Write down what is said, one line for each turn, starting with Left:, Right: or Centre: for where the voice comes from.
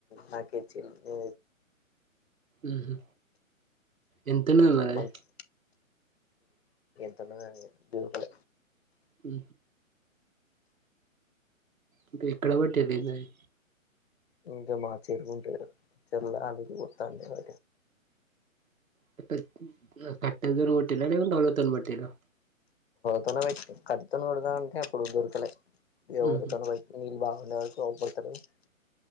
Left: నాకి తెచ్చింది నే
Right: ఉహు ఎంతన్నది మరి
Left: మంచి ఎంతన్నగాని దీవుకుల
Right: ఆ ఇంక ఎక్కడ బట్టింది నాయి
Left: ఇంకా మాచెరువు ఉంటది చెరువులో ఆళగు పొతాన్నే వ
Right: కట్ట కట్టిళ్లతోని కొట్టిరా లేకుంటే పట్టీర్రా
Left: తోనే బట్టి కట్టుతో కట్టీలు పెడదాం అంటే అప్పుడు దొరకలే వరతో
Right: ఊహు
Left: బట్టి నీళ్ళు బాగా డుతారుతోనేటి